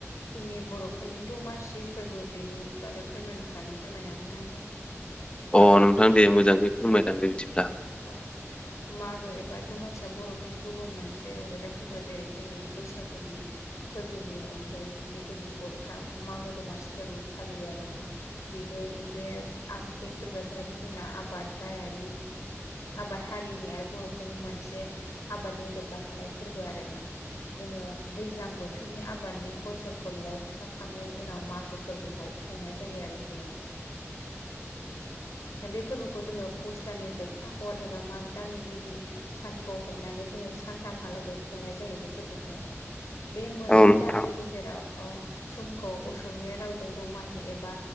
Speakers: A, on the left; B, on the left.
A: जोंनि बर'फोरनि दमासि फोरबो बेनि बागै फोरमायनो सानदों फोरमायनो हागोना नोंथां
B: अ नोंथां दे मोजाङै फोरमायलांदो
A: औ
B: बिदिब्ला
A: औ मागो एबा दमासिया बर'फोरनि गुबुन मोनसे रंजाथाइ फोरबो जेरै जोंनि बैसागुनि फोरबोनि अनगायै बे जोङो बर'फ्रा मागो दमासि फोरबो फालियो आरोना बेबो बे बे फोरबोआ जाहैबाय जोंना आबाद गाहायारि आबाद हारिनि आरो बर'फोरनि मोनसे आबादजों लोब्बा थानाय फोरबो आरोना जोङो दैज्लां बोथोरनि आबादनि फसलखौ न'आव थिखांखांनायनि उनाव मागो फोरबोखौहाय खुंनाय जायो आरो जोङो बे फोरबोखौ जोङो पुस्टाननि जोबथा हर एबा माग दाननि गिबि सानखौ हमनानै जोङो सानथामहालागै खुंनाय जायो बे फोरबोखौहाय बे मोननै
B: औ नोंथां
A: दाननि गेजेराव ओ समखौ असमिया रावजों दमाहि एबा